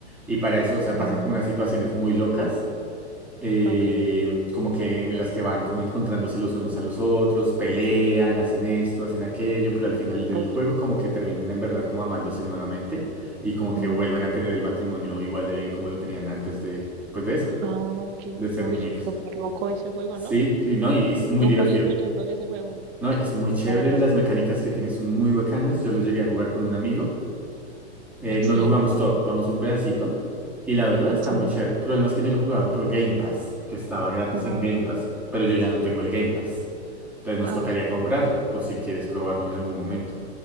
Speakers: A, in the centre; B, on the right.
A: Y para eso, o sea, pasan
B: Mm,
A: como unas situaciones muy locas, eh,
B: ok.
A: como que en las que van como encontrándose los unos a los otros, pelean, hacen esto, hacen aquello, pero al final del
B: Uy.
A: juego como que terminan en verdad como amándose nuevamente y como que
B: Mm,
A: vuelven a tener el matrimonio igual de bien como lo tenían antes de, pues de eso
B: ah, ok.
A: de ser
B: Uy,
A: muñecos.
B: súper loco ese juego,
A: Sí,
B: ¿no?
A: y no, y, y es muy
B: Nunca
A: divertido.
B: había escuchado sobre ese juego,
A: No, es muy chévere,
B: la verdad.
A: las mecánicas que tiene son muy bacanas. Yo lo llegué a jugar con un amigo. Eh,
B: Sí,
A: no lo jugamos todo, jugamos un pedacito. Y la verdad está
B: sí.
A: muy chévere. El problema es que yo lo jugaba por Game Pass, que estaba gratis
B: Ah,
A: en Game
B: ok.
A: Pass, pero yo ya no tengo el Game Pass. Entonces nos
B: Ah,
A: tocaría comprarlo, por si quieres probarlo en algún momento.